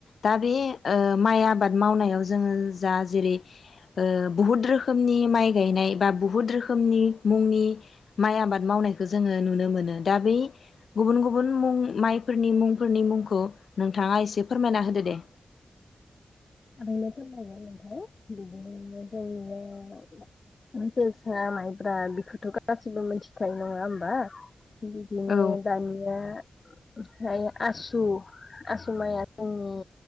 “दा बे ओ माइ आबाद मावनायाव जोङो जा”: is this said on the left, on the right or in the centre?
Left